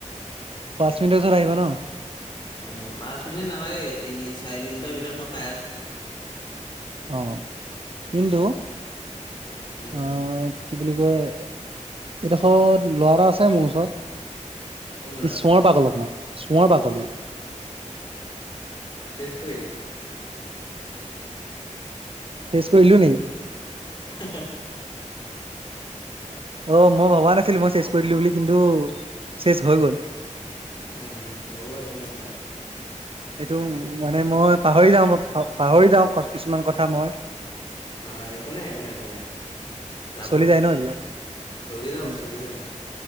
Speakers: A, on the right; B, on the left.
A: পাঁচ মিনিটৰ পিছৰত আহিব ন।
B: অ পাঁচ মিনিট নালাগে তিনি চাৰি মিনিটৰ ভিতৰত মই পাই আছোঁ।
A: অহ কিন্ত
B: উম
A: আ। কি বুলি কয় এডোখৰত লৰা আছে মোৰ ওচৰত।
B: কোন দা
A: ই চোঁৱৰ পাগলক, মাই চোঁৱৰ পাগলি।
B: শেষ কৰিলি। <unintelligible>
A: মিছ কৰিলি নেকী।
B: হ
A: অ মই ভবা নাছিলো মই চেচ কৰি দিলো বুলি কিন্তু। চেচ হৈ গ'ল
B: হ হব একো নাই বাও
A: এইটো উ মানে মই পাহৰি যাওঁ পাহৰি যাওঁ কিছুমান কথা। মই
B: অ একো নাই একো নাই একো নাই যাব।
A: চলি যায় ন এইবিলাক
B: চলি যাব
A: উম
B: চলি যাব